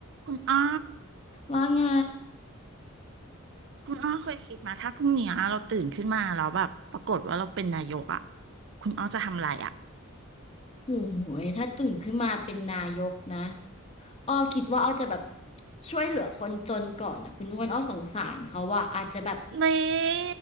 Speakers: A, on the right (about 55°); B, on the left (about 30°).
A: คุณอ้อ
B: ว่าไง
A: คุณอ้อเคยคิดมาถ้าพรุ่งเนี้ยเราตื่นขึ้นมาแล้วแบบปรากฏว่าเราเป็นนายกอ่ะคุณอ้อจะทำอะไรอ่ะ
B: โอ้โหยถ้าตื่นขึ้นมาเป็นนายกนะอ้อคิดว่าอ้อจะแบบช่วยเหลือคนจนก่อนนะคุณอ้วนอ้อสงสารเขาว่าอาจจะแบบ
A: นี่